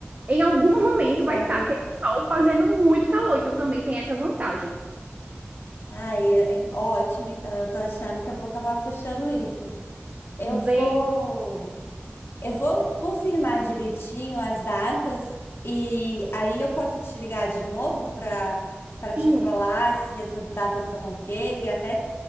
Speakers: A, on the right; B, on the left.
A: em algum momento
B: Tem
A: vai
B: algum?
A: estar aquele sol fazendo muito calor. Então, também tem essa vantagem.
B: Ai, é- ótimo, então eu tô achando que eu vou acabar fechando isso. Eu vou.
A: Vê,
B: Eu vou confirmar direitinho as datas e aí eu posso te ligar de novo para para
A: sim,
B: te falar se essas datas são ok, e até